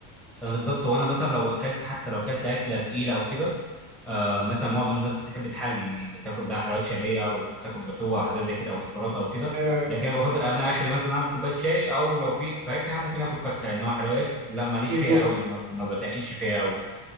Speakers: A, in the centre; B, on the right.
A: انا بالظبط وانا مثلا لو اكلت حتى لو اكلت اكله تقيله او كده آه مثلا معظم الناس تحب تحلي تاكل بقى حلويات شرقيه او تاكل جاتوه او حاجات زي كده او شوكولاته او كده
B: ايوه ايوه
A: لكن انا بفضل انا اخري مثلا اعمل كوبايه شاي او لو في فاكهه ممكن اكل فاكهه انما حلويات لا ماليش
B: بالظبط
A: فيها قوي ما, ما بتقلش فيها قوي